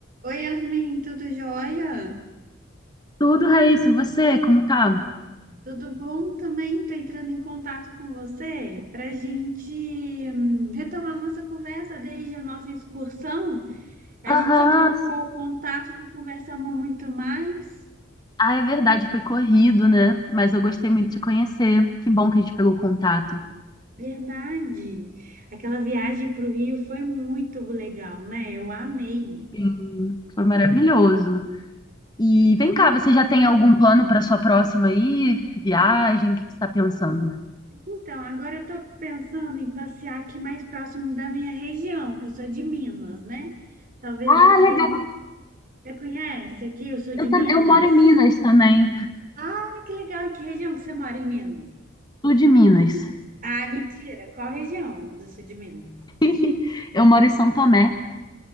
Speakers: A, on the right; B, on the left.
A: Oi, Yasmin, tudo jóia?
B: Tudo, Raíssa, e você, como tá?
A: Tudo bom também? Estou entrando em contato com você para a gente hum, retomar nossa conversa desde a nossa excursão. A
B: Aham,
A: gente só trocou
B: sim.
A: contato e não conversamos muito mais.
B: Ah, é verdade, foi corrido, né? Mas eu gostei muito de te conhecer. Que bom que a gente pegou contato.
A: Verdade. Aquela viagem para o Rio foi muito legal, né? Eu amei.
B: Sim, foi maravilhoso. E vem cá, você já tem algum plano para sua próxima aí? Viagem? O que que você está pensando?
A: Então, agora eu estou pensando em passear aqui mais próximo da minha região, que eu sou de Minas, né? Talvez
B: Ah,
A: aqui.
B: legal.
A: Você conhece aqui o sul de
B: Eu, tam-
A: Minas?
B: eu moro em Minas também,
A: Ah, que legal! E que região que você mora em Minas?
B: sul de Minas.
A: Ah, mentira! Qual região do sul de Minas?
B: <laughs> Eu moro em São Tomé.